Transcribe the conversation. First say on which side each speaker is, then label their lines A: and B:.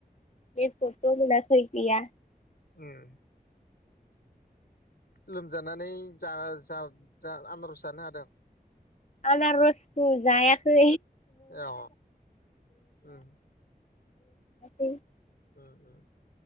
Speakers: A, on the left (about 45°); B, on the left (about 80°).
A: बे फथ'मोनासै गैया।
B: ए। लोमजानानै जा - जा - जा आनारज जानो हादों?
A: आनारसस्थु जायाखै।
B: अ उम
A: <unintelligible>
B: ओ ओ।